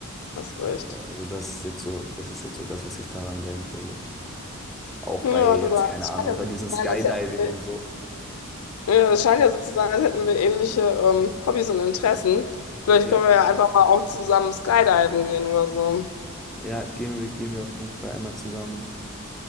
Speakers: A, on the left; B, in the centre.
A: hast recht.
B: Äh, Also, das ist jetzt so, das ist jetzt so das, was ich daran denke. So. Auch
A: Ja,
B: bei jetzt,
A: du, da.
B: keine
A: Es
B: Ahnung,
A: scheint ja so
B: bei diesem
A: zu
B: Skydiving
A: sein, als hätten wir.
B: und so.
A: Ja, das scheint ja so zu sein, als hätten wir ähnliche ähm, Hobbys und Interessen. Vielleicht
B: Ja,
A: können wir ja einfach mal auch zusammen skydiven gehen oder so.
B: ja, gehen wir, gehen wir auf jeden Fall einmal zusammen.